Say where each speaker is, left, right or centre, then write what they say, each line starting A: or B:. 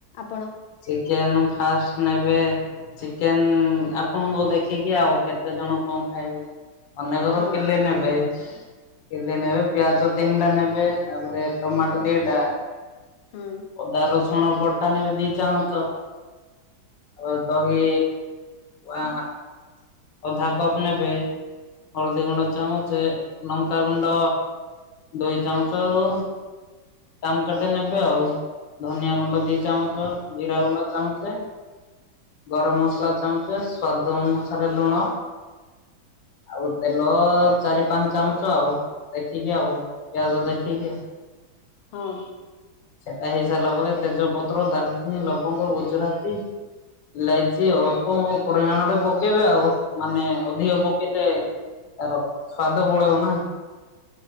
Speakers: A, on the left; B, on the left.
A: ଆପଣ?
B: ଚିକେନ ଫାଷ୍ଟ ନେବେ ଚିକେନ ଆପଣଙ୍କୁ ଦେଖିକି ଆଉ କେତେ ଦ ଜଣ କଣ ଖାଇବେ ଅନେକର
A: ହଁ
B: କିଲେ ନେବେ କିଲେ ନେବେ ପ୍ଲସ ତିନିଟା ନେବେ ତାପରେ ଟମାଟୋ ଦି ଟା
A: ହଁ
B: ଅଦା ରସୁଣ ବଟା ନେବେ ଦି ଚାହୁଁଛ <inaudible> ତାପ ଦହି ୱା ଅଧା କପ ନେବେ ହଳଦୀ ଗୁଣ୍ଡ ଚାମଚ ଲଙ୍କାଗୁଣ୍ଡ ଦୁଇ ଚାମଚ ର ଚାମଚ ଟେ ନେବେ ଧନିଆ ଗୁଣ୍ଡ ଦି ଚାମଚ ଜିରା ଗୁଣ୍ଡ ଚାମଚେ ଗରମ ମସଲା ଚାମଚେ ସ୍ୱାଦ ଅନୁସାରେ ଲୁଣ ଆଉ ତେଲ ଚାରି ପାଞ୍ଚ ଚାମଚେ ଆଉ ଦେଖିକି ଆଉ ପିଆଜ ଦେଖିକି ଆଉ
A: ହୁଁ।
B: ସେଟା ହେଇ ସାରିଲା ପରେ ତେଜପତ୍ର ଡାଲଚିନି ଲବଙ୍ଗ ଗୁଜୁରାତି ଇଲାଇଚି ଅଳ୍ପ ପରିମାଣରେ ପକେଇବେ ଆଉ ମାନେ ଅଧିକ ପ ଲେ ତାର ସ୍ଵାଦ ପଳେଇଉ ନା।